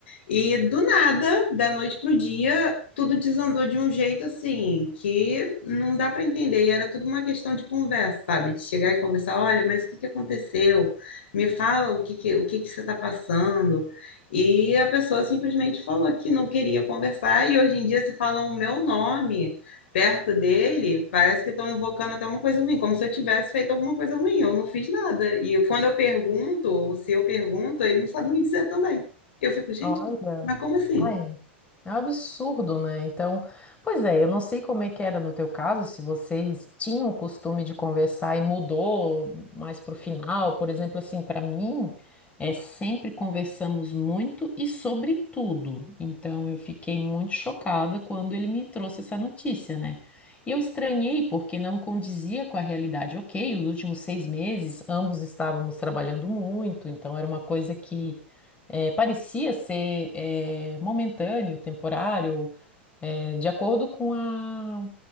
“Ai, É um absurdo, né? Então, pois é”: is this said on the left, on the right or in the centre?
Left